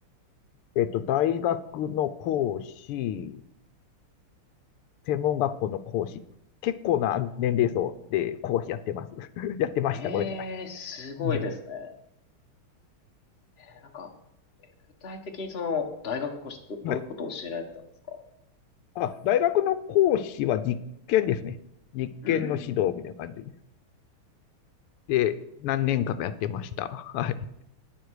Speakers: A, on the left; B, on the left.
A: えーっと、大学の講師、専門学校の講師。結構な年齢層で講師やってます。<laughs> やってました。
B: え、
A: ごめんなさい。
B: えー、すごいですね。
A: うん
B: えー、なんか、具体的にその、大学の講師ど、
A: はい。
B: どういうことを教えられてたんですか
A: あ、大学の講師は実験ですね。実験の指導みたいな感じです。
B: うーん。
A: で、何年間かやってました。はい。